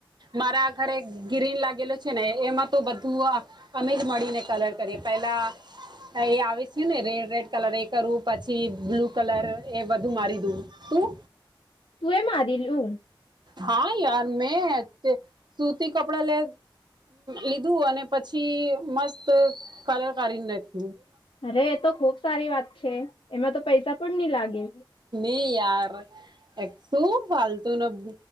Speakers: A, on the right (about 55°); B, on the left (about 85°).
A: મારા ઘરે ગ્રીન લાગેલો છે ને, એમાં તો બધું અમે જ મળીને કલર કરીએ. પેલા એ આવી છે ને રે રેડ કલર એ કરુ પછી બ્લુ કલર, એ બધું મારી દઉ. તું?
B: તું એ મારેલું?
A: હા, યાર મેં. તે સૂતી કપડા લે લીધું, અને પછી મસ્ત કલર કાઢીને નાખી.
B: અરે, એ તો ખુબ સારી વાત છે. એમાં તો પૈસા પણ ની લાગે.
A: એ યાર એ સું ફાલતુનો બ